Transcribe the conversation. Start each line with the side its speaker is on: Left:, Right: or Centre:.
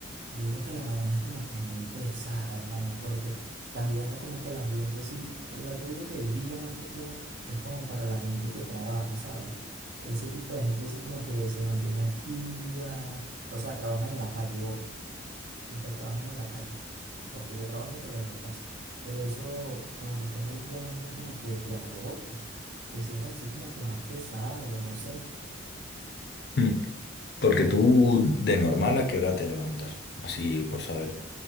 Right: Yo digo que la mañana es como que muy pesada, hermano, porque también está como que el ambiente, sí, el- yo digo que el día más que todo es como para la gente que trabaja, ¿sabes? Ese tipo de gente sí como que se mantiene activa, o sea, trabaja en la calle, ojo, los que trabajan en la calle, porque yo trabajo pero desde casa, pero eso como que está en el día más bien como que te agota, te sientes así como que más pesado, no sé.
Left: Mm. Porque tú, de normal, ¿a qué hora te levantas? Así por saber.